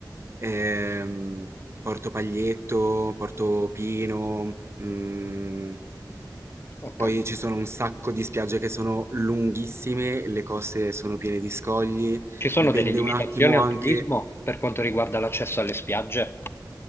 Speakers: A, on the right; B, on the left.
A: ehm, Porto Paglietto, Porto Pino, mh,
B: Ho capito.
A: poi ci sono un sacco di spiagge che sono lunghissime, le coste sono piene di scogli.
B: Ci sono
A: Dipende
B: delle limitazioni
A: un attimo
B: al
A: anche,
B: turismo per quanto riguarda l'accesso alle spiagge?